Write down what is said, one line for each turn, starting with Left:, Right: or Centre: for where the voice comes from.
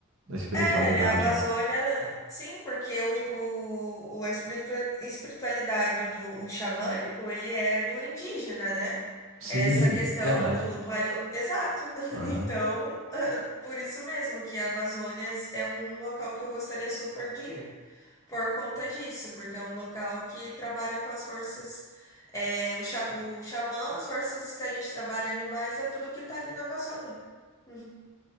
Right: a espiritualidade,
Left: É, a Amazônia,
Right: ó.
Left: sim, porque o, o, o- a espiritu- espiritualidade do o xamânico, ele é do indígena, né?
Right: Sim,
Left: Essa questão
Right: verdade.
Left: do, do aio- Exato. <laughs>
Right: Aham.
Left: Então, <laughs> por isso mesmo que a Amazônia é um local que eu gostaria super de ir. por conta disso, porque é um local que trabalha com as forças, é, o, xa- o xamã, as forças que a gente trabalha animais, é tudo que tá ali na Amazônia. Uhum.